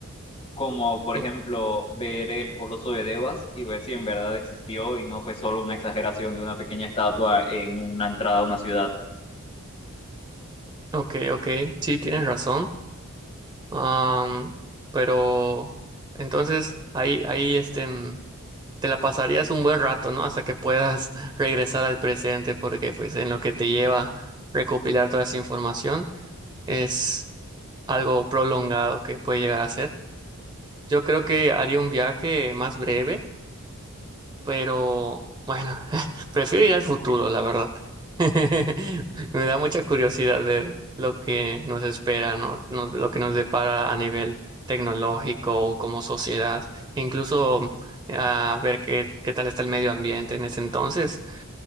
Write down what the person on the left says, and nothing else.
Como por
ejemplo ver el Coloso de Devas y ver si en verdad existió y no fue solo una exageración de una pequeña estatua en una entrada a una ciudad.